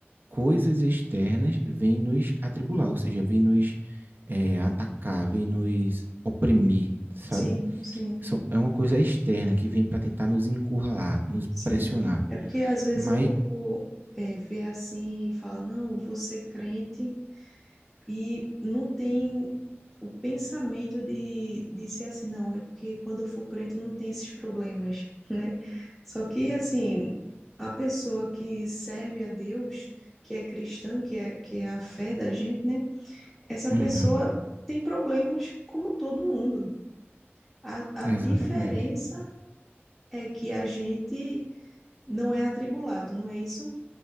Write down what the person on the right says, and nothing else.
coisas externas vêm nos atribular, ou seja, vêm nos eh, atacar, vêm nos oprimir, sabe?
São- É uma coisa externa que vem para tentar nos encurralar, nos
pressionar.
Mas,
uhum,
exatamente.